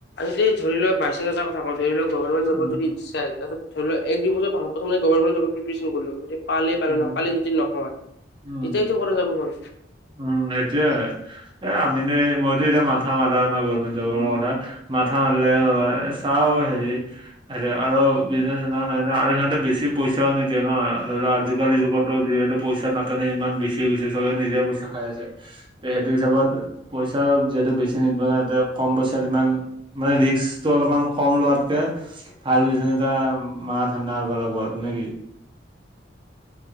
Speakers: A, on the left; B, on the right.
A: যদি ধৰি লওক বাইচাঞ্চ এটা কথা কওঁ ধৰি লওঁক গভাৰমেণ্ট জবৰ
B: উম
A: যদি ইচ্ছা হয় তাৰছত ধৰি লোৱা এক দুই দুছৰ পাছত প্ৰথমে গভাৰ্মেণ্ট জবত প্ৰিপেচন কৰি লোৱা যদি পালে পালোঁ,
B: উম
A: নাপালে যদি নহয়
B: উম
A: তেতিয়টো এইটো কৰা যাব বাৰু।
B: উম, সেইটোয়ে এ, আমিনো মইতো এতিয়া মাথা মাৰাও নাই গভমেণ্ট জবৰ কথা মাথা মাৰিলে ৰ চাওঁ হেৰি। আৰু বিজনেচ অনা নাই ন' আৰু সিহঁতে বেছি পইচাও নিদিয়ে ন' ধৰি লোৱা আজি আজিকালি যুগতো যিহেতু পইচা নাটানি ইমান বেছি গৈছে, চবেই নিজে পইচা খাই আছে। সেইটো হিচাপত পইচা যিহেতু বেছি নিদিব না, তে কম পইচাত ইমান মানে ৰিস্কটো অলপমান কম লোৱাতকে ভাল বিছনেছ এটা মাৰা ধান্দা মাৰবা লাগব আৰু নেকি?